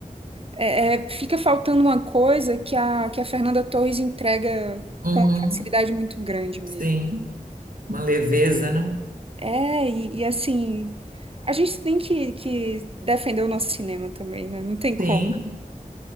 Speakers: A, on the right; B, on the right.
A: É, é, fica faltando uma coisa que a, que a Fernanda Torres entrega com
B: Uhum,
A: uma facilidade muito grande mesmo.
B: Sim, uma leveza, né?
A: É, e, e assim... A gente tem que, que defender o nosso cinema também, né? Não tem como.
B: Sim,